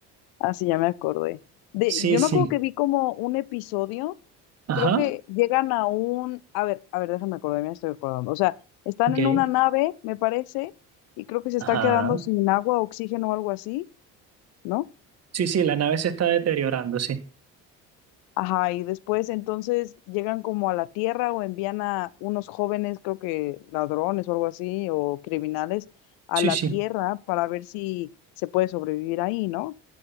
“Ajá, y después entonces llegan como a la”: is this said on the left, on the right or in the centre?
Left